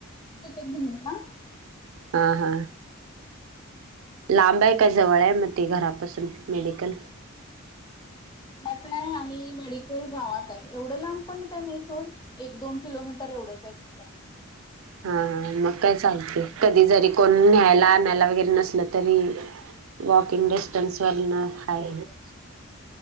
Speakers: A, on the left; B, on the right.
A: तिकीट घेणे का?
B: हा हा. लांब आहे काय जवळ आहे मग ते घरापासून मेडिकल?
A: आहे आणि मेडिकल गावात आहे एवढं लांब पण काय नाही इथून. एक दोन किलोमीटर एवढंच आहे फक्त.
B: हा मग काय चालतेय कधी जरी
A: हा.
B: कोण न्यायला आणायला वगैरे नसल तरी. वॉकिंग डिस्टन्स
A: हा
B: वरण
A: चालत
B: हाय.